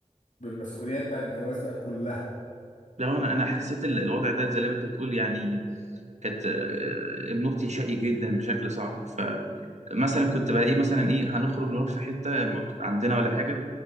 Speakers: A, on the left (about 80°); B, on the right (about 65°).
A: بالمسؤوليات بقى الجواز بقى كلها
B: لو انا انا حسيت ال- الوضع ده زي ما انت بتقول يعني كانت آه، ابن اختي شقي جدا بشكل صعب فمثلا كنت بلاقيه مثلا ايه هنخرج نروح في حته ما بتبقى عندنا ولا حاجه